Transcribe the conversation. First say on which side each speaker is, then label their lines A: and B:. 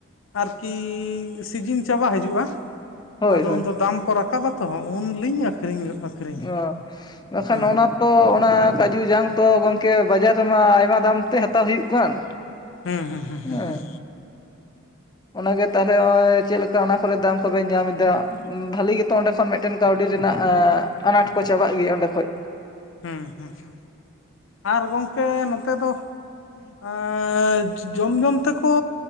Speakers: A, on the left; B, on the left.
A: ᱟᱨᱠᱤ ᱥᱤᱡᱤᱱ ᱪᱟᱵᱟ ᱦᱟᱡᱩᱜ-ᱟ
B: ᱦᱳᱭ
A: ᱾ᱟᱫᱚ
B: ᱦᱳᱭ
A: ᱩᱱᱫᱚ ᱫᱟᱢ ᱠᱚ ᱨᱟᱠᱟ ᱵᱟ ᱛᱚ ᱩᱱᱞᱤᱧ ᱟᱹᱠᱷᱨᱤᱧᱜᱚᱜ ᱟᱹᱠᱷᱨᱤᱧᱟ᱾
B: ᱚ ᱵᱟᱠᱷᱟᱱ
A: ᱦᱮᱸ
B: ᱚᱱᱟ ᱛᱚ ᱚᱱᱟ ᱠᱟᱡᱩ ᱡᱟᱝ ᱛᱚ ᱜᱚᱝᱠᱮ ᱵᱟᱡᱟᱨ ᱨᱮᱢᱟ ᱟᱭᱢᱟ ᱫᱟᱢ ᱛᱮ ᱦᱟᱛᱟ ᱦᱩᱭᱩᱜ ᱠᱟᱱ᱾
A: ᱦᱩᱸ ᱦᱩᱸ ᱦᱩᱸ
B: ᱦᱮᱸ
A: ᱦᱩᱸ ᱦᱩᱸ
B: ᱚᱱᱟᱜᱮ ᱛᱟᱦᱚᱞᱮ ᱦᱚᱜ-ᱚᱭ ᱪᱮᱜ ᱞᱮᱠᱟ ᱚᱱᱟ ᱠᱚᱨᱮ ᱫᱟᱢ ᱠᱚᱵᱮᱱ ᱧᱟᱢ ᱮᱫᱟ ᱵᱷᱟᱞᱤ ᱜᱮᱛᱚ ᱚᱸᱰᱮ ᱠᱷᱚᱱ ᱢᱮᱫᱴᱮᱱ ᱠᱟᱹᱣᱰᱤ ᱨᱮᱱᱟᱜ ᱟᱱᱟᱴ ᱠᱚ ᱪᱟᱵᱟᱜ ᱜᱮᱭᱟ ᱚᱸᱰᱮ ᱠᱷᱚᱡ᱾
A: ᱦᱩᱸ ᱦᱩᱸ ᱦᱩᱸ ᱟᱨ ᱜᱚᱝᱠᱮ ᱱᱚᱛᱮ ᱫᱚ ᱟᱹᱻ ᱡᱚᱢ ᱡᱚᱢ ᱛᱮᱠᱚ